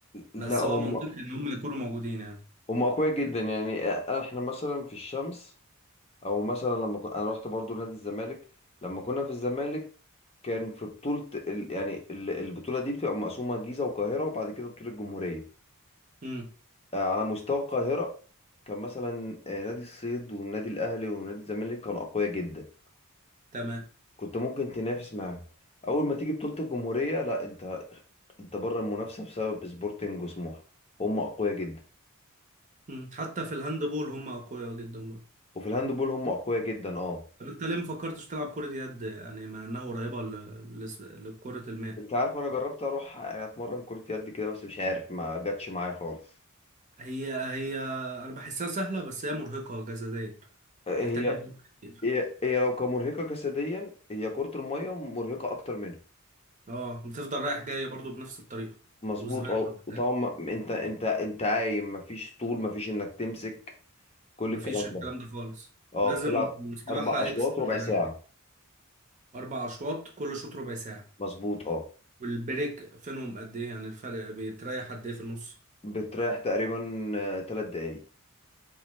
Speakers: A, on the left; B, on the right.
A: لا
B: بس
A: هم
B: هو منطقي ان هم يكونوا موجودين يعني
A: هم أقوياء جدا يعني إحنا مثلا في الشمس أو مثلا لما كن... أنا رحت برضو نادي الزمالك لما كنا في الزمالك كان في بطولة ال... يعني ال- البطولة دي بتبقى مقسومة جيزة والقاهرة وبعد كده بطولة الجمهورية
B: امم
A: آه، على مستوى القاهرة كان مثلا آه، نادي الصيد والنادي الأهلي ونادي الزمالك كانوا أقوياء جدا
B: تمام
A: كنت ممكن تنافس معاهم اول ما تيجي بطولة الجمهورية لا انت انت بره المنافسة بسبب سبورتنج وسموحة هم اقوياء جدا
B: امم حتى في الهاند بول هم اقوياء جدا برضه
A: وفي الهاند بول هم اقوياء جدا اه
B: طب انت ليه ما فكرتش تلعب كرة يد يعني مع انها قريبة ل- لس- لكرة الماء
A: انت عارف انا جربت اروح يعني اتمرن كرة يد كده بس مش عارف ما جاتش معايا خالص
B: هي هي انا بحسها سهله بس هي مرهقه جسديا
A: هي
B: تحتاج مجهود كتير
A: هي هي لو كمرهقة جسديا هي كرة المية مرهقة اكتر منها
B: اه بتفضل رايح جاي برضو بنفس الطريقه
A: مظبوط
B: وسباحه
A: اه
B: وبتاع
A: وطبعا ما- انت انت انت عايم مفيش طول مفيش انك تمسك كل
B: مفيش
A: الكلام
B: الكلام
A: ده
B: ده خالص
A: اه
B: لازم
A: بتلعب
B: سباحه
A: اربع اشواط
B: اكسترا
A: ربع
B: يعني
A: ساعة
B: اربع اشواط كل شوط ربع ساعه
A: مظبوط اه
B: والبريك فينهم قد ايه يعني الفرق بيتريح قد ايه في النص
A: بتريح تقريبا آه، تلات دقايق